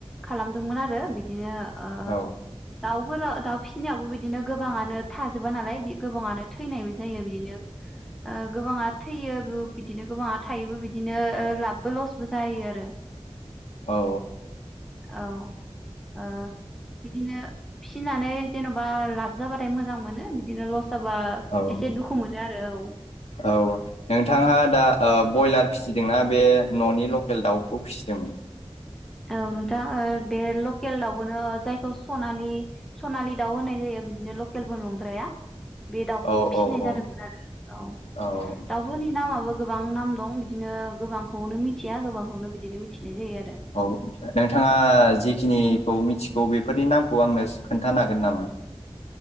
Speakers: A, in the centre; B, on the left.
A: खालामदोंमोन आरो बिदिनो ओ
B: औ
A: दाउ न'फोराव दाउ फिसिनायावबो बिदिनो गोबाङानो थाजोबा नालाय गोबाङानो थैनायबो जायो बिदिनो ओ गोबाङा थैयोबो बिदिनो गोबाङा थायोबो बिदिनो लाबबो लसबो जायो आरो
B: औ
A: औ ओ बिदिनो फिसिनानै जेन'बा लाब जाबाथाय मोजां मोनो बिदिनो लस जाबा
B: औ
A: एसे दुखु मो नो आरो औ
B: औ नोंथाङा दा ओ ब्रयलार फिसिदोंना बे न'नि लकेल दाउखौ फिसिदोंमोन?
A: औ नोंथां ओ बे लकेल दाउबोनो जायखौ सनालि सनालि दाउ होननाय जायो बिदिनो लकेलबो नंद्राया बे दाउखौ
B: औ
A: फिसिनाय
B: औ औ
A: जादोंमोन आरो औ
B: औ
A: दाउफोरनि नामाबो गोबां नाम दं बिदिनो गोबांखौनो मिथिया गोबांखौनो बिदिनो मिथि बिदि जायो आरो ।
B: औ नोंथाङा जिखिनिखौ मिथिगौ बेफोर नि नामखौ आंनो खोन्थानो हागोन नामा?